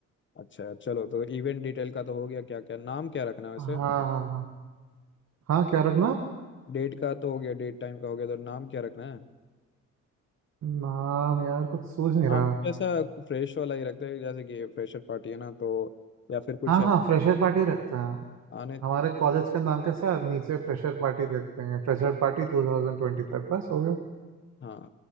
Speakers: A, on the left; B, on the right.
A: अच्छा चलो तो इवेंट डिटेल का तो हो गया क्या क्या नाम क्या रखना है वैसे
B: हाँ हाँ हाँ हाँ क्या रखना
A: डेट का तो हो गया डेट टाइम का हो गया तो नाम क्या रखना है
B: नाम यार कुछ सूझ नहीं
A: नाम
B: रहा
A: कैसा फ्रेश वाला ही रखते हैं जैसे कि फ्रेशर पार्टी है ना तो या फिर कुछ
B: हाँ हाँ फ्रेशर पार्टी रखते हैं
A: आने
B: हमारे कॉलेज के नाम के साथ नीचे फ्रेशर पार्टी रखते हैं फ्रेशर पार्टी 2025 बस हो गया
A: हाँ